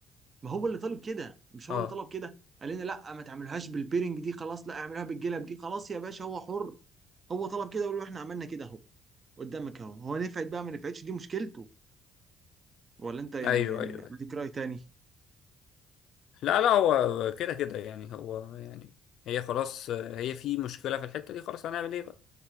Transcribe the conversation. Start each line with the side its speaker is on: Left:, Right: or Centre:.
Right: ما هو اللي طالب كده مش
Left: اه
Right: هو اللي طلب كده قال لنا لا ما تعملهاش بالبيرنج دي خلاص لا اعملها بالجلب دي خلاص يا باشا هو حر هو طلب كده وقالوا له احنا عملنا كده اهو قدامك اهو هو نفعت بقى ما نفعتش دي مشكلته ولا انت يعني
Left: ايوه
Right: يعني
Left: ايوه أيوة.
Right: اديك رأي تاني
Left: لا لا هو كده كده يعني هو يعني هي خلاص آه، هي في مشكله في الحته دي خلاص هنعمل ايه بقى